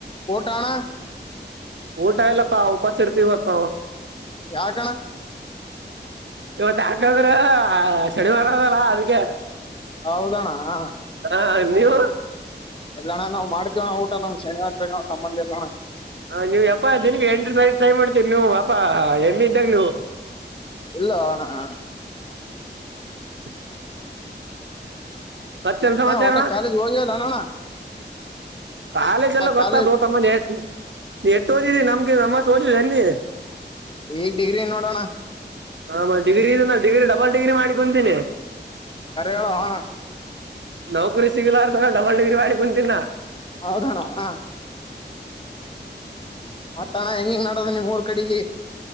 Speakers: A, on the left; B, on the right.
A: ಊಟ ಅಣ್ಣ
B: ಊಟ ಇಲ್ಲಪ್ಪಾ ಉಪಾಸ ಇರ್ತಿವಿ ಇವತ್ ನಾವು
A: ಯಾ ಕಣ
B: ಇವತ್ ಯಾಕಾದ್ರೆ ಶನಿವಾರ ಅದಲ್ಲ ಅದ್ಕ್ಕೆ
A: ಹೌದಾ ಅಣ್ಣ
B: ಹಾ ಹಾ ನೀವು
A: ಇಲ್ಲಣ್ಣ ನಾವ್ ಮಾಡ್ತವಿ ಅಣ್ಣ ಊಟ ನ್ ಶನಿವಾರ ಸಂಬಂಧ ಇಲ್ಲೋಣ
B: ಹಾಂ ನೀವು ಯಪ್ಪ ದಿನಕ್ಕೆ ಎಂಟ ಸರಿ ಗೆ ಟ್ರೈ ಮಾಡ್ತೀರಿ ನೀವು ಎಪ ಎಣ್ಣ ಇದ್ದಾಗ ನೀವು
A: ಇಲ್ಲ ಹೊ ಅಣ್ಣ ಹ
B: ಹ ಮತ್ತೇನ ಏನು ಸಮಾಚಾರ
A: ಒಟ್ಟ
B: ಅಣ್ಣ
A: ಕಾಲೇಜ್ ಹೋಗಿಲ್ಲ ಅಣ್ಣ
B: ಕಾಲೇಜ ಎಲ್ಲ ಗೊತ್ತಾದ
A: ಕಾಲೇಜ್
B: ತಮ್ಮ ಯಾಕ್ ಸುಮ್ನೆ ನೀ ಎಟ್ಟು ಓದಿದೀರಿ ನಮಗಿಂತ ನಮ್ಮಟೊ ಓದಿದೆ ಏನ್ ನಿ
A: ಈಗ್ ಡಿಗ್ರಿ ನೋಡೋಣ
B: ಹ ಮ ಡಿಗ್ರಿ ಇದು ನಾ ಡಿಗ್ರಿ ಡಬಲ್ ಡಿಗ್ರಿ ಮ ಬಂದೀನಿ
A: ಕರೆ ಹೇಳೋ ಅಣ್ಣ
B: ನೌಕರಿ ಸಿಗ್ಲಾರ ಸಲ ಡಲ್ ಡಿಗ್ರಿ ಮಾಡಿ ಬಂದೀನಿ
A: ಹೌದಣ ಹ ಮತ್ತ ಅಣ ಎನ್ನು ಹೆಣ್ಣು ಹೆಂಗಿಂಗ ನಡದು ನಿಮ್ ಊರ್ ಕಡೆಗೆ